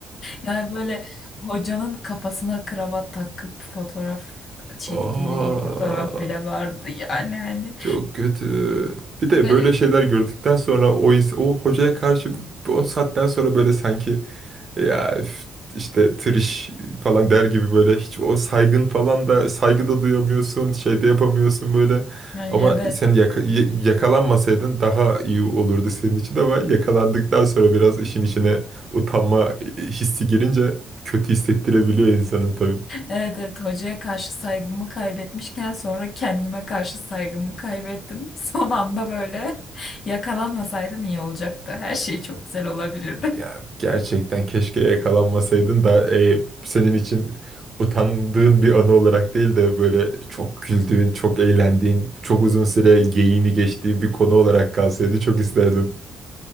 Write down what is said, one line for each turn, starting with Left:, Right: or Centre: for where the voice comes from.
Left: Yani böyle hocanın kafasına kravat takıp fotoğraf çektiği
Right: <laughs> Aa.
Left: bir fotoğraf bile vardı yani hani
Right: Çok kötü. Bir de
Left: garip.
Right: böyle şeyler gördükten sonra o ins- o hocaya karşı bir- o saatten sonra böyle sanki ya üf, işte triş falan der gibi böyle hiç o saygın falan da saygı da duyamıyorsun, şey de yapamıyorsun böyle.
Left: Yani
Right: Ama
Left: evet.
Right: sen yaka- y- yakalanmasaydın daha iyi olurdu senin için ama yakalandıktan sonra biraz işin içine utanma hissi girince kötü hissettirebiliyor insana tabii.
Left: Evet evet hocaya karşı saygımı kaybetmişken sonra kendime karşı saygımı kaybettim. Son anda böyle <laughs> yakalanmasaydım iyi olacaktı. Her şey çok güzel olabilirdi.
Right: Ya gerçekten keşke yakalanmasaydın da e, senin için utandığın bir anı olarak değil de böyle çok güldüğün, çok eğlendiğin, çok uzun süre geyiğini geçtiğin bir konu olarak kalsaydı çok isterdim.